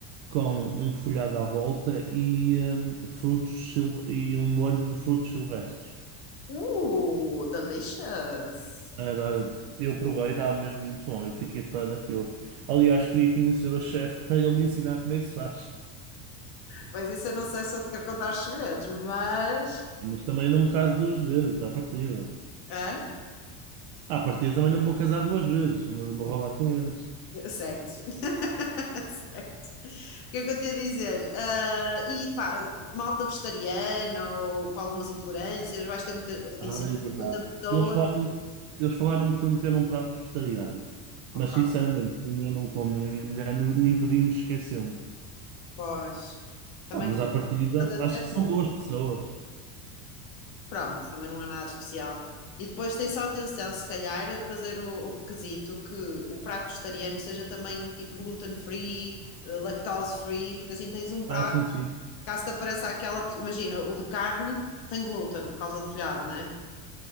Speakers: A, on the right; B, on the left.
A: com um folhado à volta e, hum, frutos silv- e um molho de frutos silvestres.
B: Uh, delicious!
A: Era, olha, eu provei, estava mesmo muito bom. Eu fiquei fã daquilo. Aliás, queria conhecer o chefe para ele me ensinar como é que se faz.
B: Pois isso eu não sei se eu te quero contar os segredos, mas.
A: Mas também não me caso duas vezes, à partida.
B: Hã?
A: À partida também não me vou casar duas vezes, não lhe vou roubar clientes.
B: Certo. <laughs> Certo. O que é que eu tenho a dizer? Ah, e pá, malta vegetariana ou com algumas intolerâncias, vais ter muita. Tem
A: Ah,
B: 150
A: é verdade.
B: pessoas.
A: Eles falaram, eles falaram-me que iam ter um prato vegetariano.
B: Ok,
A: Mas sinceramente, como eu não como nem a minha mulher, nem nem podíamos esquecê
B: pois. Também
A: Ah, mas
B: com
A: à partida, acho
B: ter
A: que são
B: fome.
A: duas pessoas.
B: Pronto, também não é nada especial. E depois tem só atenção, se calhar, fazer o, o requisito que o prato vegetariano seja também tipo gluten-free, eh, lactose-free, porque assim tens um prato,
A: Ah, sim, sim.
B: caso te apareça aquela. Imagina, o de carne tem glúten por causa do folhado, né